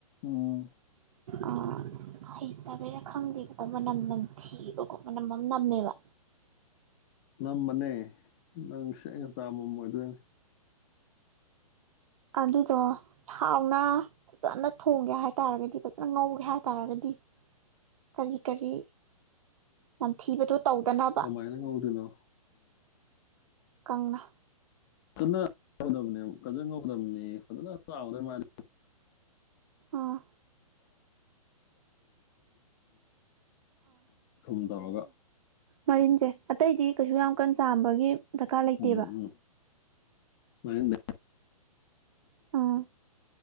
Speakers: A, on the left; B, on the right.
A: ꯎꯝ
B: ꯑꯣ ꯍ ꯇꯕꯩꯔ ꯈꯪꯗꯦꯕꯗꯣ ꯃꯅꯝ ꯅꯝꯊꯤꯕꯀꯣ ꯃꯅꯝ ꯑꯃ ꯅꯝꯃꯦꯕ
A: ꯅꯝꯕꯅꯦ ꯅꯪ ꯁꯛ ꯑ ꯉ ꯆꯃꯝꯃꯣꯏꯗꯣꯏꯅꯦ
B: ꯑꯗꯨꯗꯣ ꯍꯥꯎꯅ ꯐꯖꯅ ꯊꯣꯡꯒꯦ ꯍꯥꯏꯇꯥꯔꯒꯗꯤ ꯐꯖꯅ ꯉꯧꯒꯦ ꯍꯥꯏꯔ ꯇꯥꯔꯒꯗꯤ ꯀꯔꯤ ꯀꯔꯤ ꯅꯝꯊꯤꯕꯗꯣ ꯇꯧꯗꯅꯕ
A: ꯀꯃꯥꯏꯅ ꯀꯧꯗꯅꯣ
B: ꯀꯪꯂꯅꯥ
A: ꯐꯖꯅ ꯉꯕꯅꯤ ꯐꯖꯅ ꯉꯧꯗꯕꯅꯤ ꯐꯖꯅ ꯆꯥꯎꯔꯦ ꯃꯥꯟ
B: ꯑꯥ
A: ꯊꯨꯝꯗꯧꯔꯒ
B: ꯃꯔꯤꯁꯦ ꯑꯇꯩꯗꯤ ꯀꯩꯁꯨ ꯌꯥꯝ ꯀꯟ ꯆꯥꯝꯕꯒꯤ ꯗꯔꯀꯥꯔ
A: ꯎꯝ
B: ꯂꯩꯇꯦꯕ
A: ꯎꯝ ꯃꯔꯤꯟꯗꯣ
B: ꯑꯥ